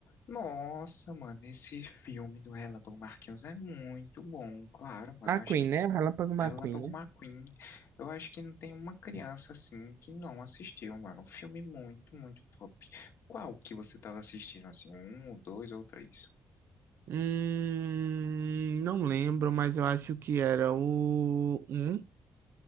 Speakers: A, on the left (about 65°); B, on the right (about 70°).
A: Nossa, mano, esse filme do Relâmpago Marquinhos é muito bom, claro, mano.
B: McQueen,
A: Eu acho que
B: né, o Relâmpago McQueen,
A: Relâmpago
B: né?
A: McQueen, eu acho que não tem uma criança assim que não assistiu, mano. Um filme muito, muito top. Qual que você tava assistindo, assim? Um, dois ou três?
B: Hum, não lembro, mas eu acho que era o um,